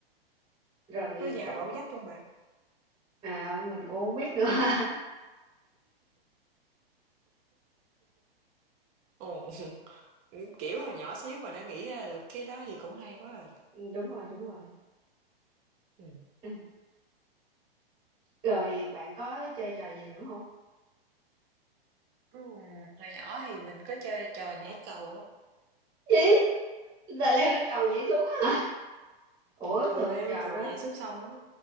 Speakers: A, on the right; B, on the right.
A: rồi
B: Có vào
A: bạn
B: đổ vách không bạn.
A: à, mình cũng không biết nữa <laughs>
B: Ồ, <laughs> kiểu hồi nhỏ xíu mà đã nghĩ ra được cái đó thì cũng hay quá rồi.
A: đúng rồi đúng rồi <laughs>
B: Ừ.
A: Ừ. rồi bạn có chơi trò gì nữa không
B: Ừ. Hồi nhỏ thì mình có chơi trò nhảy cầu á.
A: gì là leo lên cầu nhảy xuống á ủa
B: Ừ,
A: thường
B: leo
A: trò
B: cầu
A: đó
B: nhảy xuống sông á.